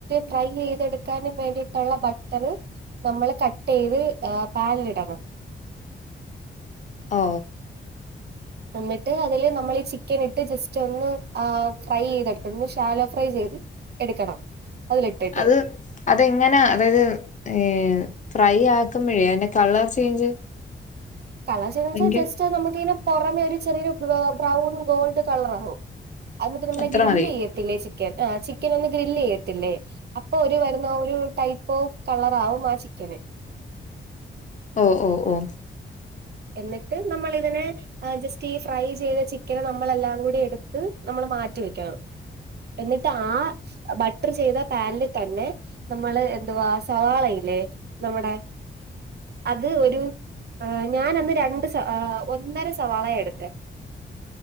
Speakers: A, on the right; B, on the left.
A: ഫ്രൈ ചെയ്തെടുക്കാനും വേണ്ടിയിട്ടുള്ള ബട്ടർ നമ്മള് കട്ട് ചെയ്ത് പാലിടണം
B: ഓ
A: എന്നിട്ട് അതില് നമ്മൾ ചിക്കൻ ഇട്ട് ജസ്റ്റ് ഒന്ന് ഫ്രൈ ചെയ്തിട്ടുന്ന് ശാലോ ഫ്രൈ ചെയ്ത് എടുക്കണം അതിലിട്ടിട്ട്
B: അത് അതെങ്ങനെ അതായത് ഏഹ് ഫ്രൈ ആക്കുമ്പോഴേ അതിന്റെ കളർ ചേഞ്ച്
A: കളർ ചെയ്ത് വെച്ചാൽ
B: ഭയങ്കര
A: ജസ്റ്റ് നമുക്കിങ്ങനെ പുറമെ ഒരു ചെറിയരു ബ്രൗൺ ഗോൾഡ് കളർ ആകും അത്ട്ട് നമ്മളെ
B: അത്ര
A: ഗ്രില്
B: മതി
A: ചെയ്യത്തില്ലേ ചിക്കൻ ആ ചിക്കൻ ഒന്നു ഗ്രില് ചെയ്യത്തില്ലേ അപ്പൊ ഒരു വരുന്ന ഒരു ടൈപ്പ് ഓഫ് കളറാവും ആ ചിക്കന്
B: ഓ ഓ ഓ
A: എന്നിട്ട് നമ്മളിതിനെ ആഹ് ജസ്റ്റ് ഈ ഫ്രൈ ചെയ്ത ചിക്കനെ നമ്മളെല്ലാം കൂടി എടുത്ത് നമ്മൾ മാറ്റി വെക്കണം എന്നിട്ട് ആഹ് ബട്ടർ ചെയ്ത പാനിൽ തന്നെ നമ്മള് എന്തുവാ സവാളല്ലേ നമ്മുടെ അത് ഒരു ഞാനന്ന് രണ്ട് സ ഒന്നര സവാള എടുത്തെ